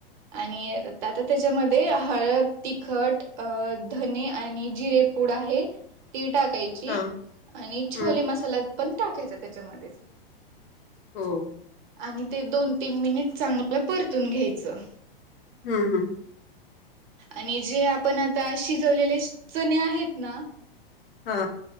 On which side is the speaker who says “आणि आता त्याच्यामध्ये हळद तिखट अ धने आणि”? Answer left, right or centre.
Right